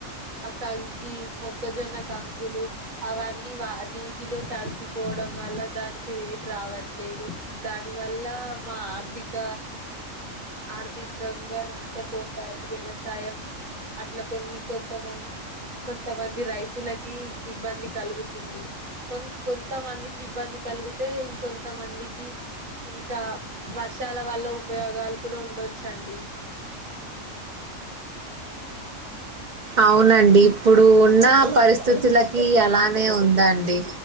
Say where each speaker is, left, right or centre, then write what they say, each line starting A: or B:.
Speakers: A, on the right; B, on the right.
A: ఆ కంకి మొక్కజొన్న కంకులు అవన్నీ వా నీటిలో తడిసిపోవడం వల్ల దానికి రేట్ రావట్లేదు. దాని వల్ల మా ఆర్థిక ఆర్థికంగా నష్టపోతారు వ్యవసాయం అట్లా కొన్ని కొంతమంది కొంతమంది రైతులకి ఇబ్బంది కలుగుతుంది. కొ కొంత మందికి ఇబ్బంది కలిగితే ఇం కొంత మందికి ఇంకా వర్షాల వల్ల ఉపయోగాలు ఉండొచ్చండి
B: అవునండి ఇప్పుడు ఉన్న పరిస్థితులకి అలానే ఉందండి